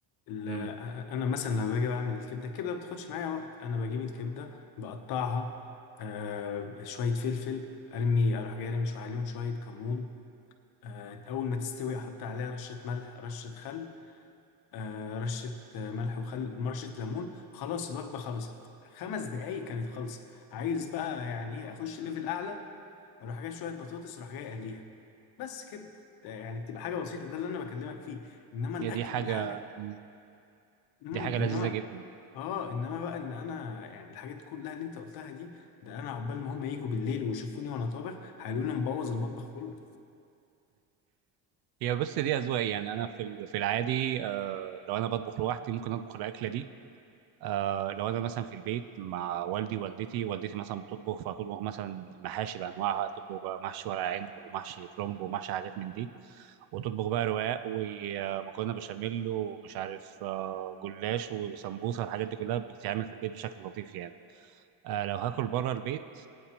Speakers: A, on the left; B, on the right.
A: ال-
B: امم
A: انا مثلا لما باجي بعمل الكبده الكبده ما بتاخدش معايا وقت انا بجيب الكبده بقطعها آه شويه فلفل ارمي اروح جاي ارمي شويه عليهم شويه كمون آه اول ما تستوي احط عليها رشه ملح رشه خل آه رشه آه، ملح وخل رشه ليمون خلاص الوجبه خلصت خمس دقايق كانت خلصت عايز بقى يعني ايه اخش ليفل اعلى اروح جاي شويه بطاطس اروح جاي اقليها بس كده يعني بتبقى حاجه بسيطه ده اللي انا بكلمك فيه انما الاكل
B: هي دي حاجة
A: الحاجه
B: مم.
A: امم
B: دي حاجة
A: انما
B: لذيذة جدا
A: اه انما بقى ان انا يعني الحاجات كلها اللي انت قلتها دي ده انا عقبال ما هم يجوا بالليل ويشوفوني وانا طابخ هيقولوا لي أنا مبوظ المطبخ كله
B: هي بس دي أذواق يعني أنا في ال- في العادي آه لو أنا بطبخ لوحدي ممكن أطبخ الأكلة دي آه لو أنا مثلا في البيت مع والدي والدتي والدتي مثلا بتطبخ فتطبخ مثلا محاشي بأنواعها تطبخ بقى محشي ورق عنب ومحشي كرنب ومحشي حاجات من دي وتطبخ بقى رقاق ومكرونة بشاميل ومش عارف آه جلاش وسمبوسة الحاجات دي كلها بتتعمل في البيت بشكل لطيف يعني آه لو هاكل بره البيت